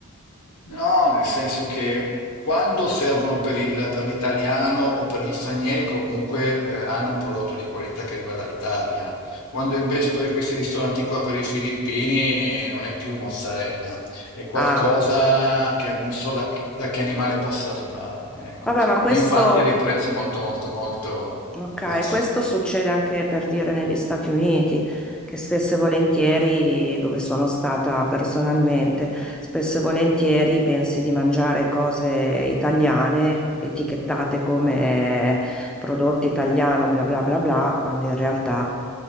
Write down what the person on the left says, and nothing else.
no, nel senso che quando servono per il- per l'italiano o per gli stranieri comunque eh, hanno un prodotto di qualità che arriva dall'Italia. Quando invece trovi questi ristoranti qua per i filippini eh, non è più mozzarella, è qualcosa
che non so da, che da che animale possa arrivare, ecco.
E infatti ha dei prezzi molto, molto, molto
bassi.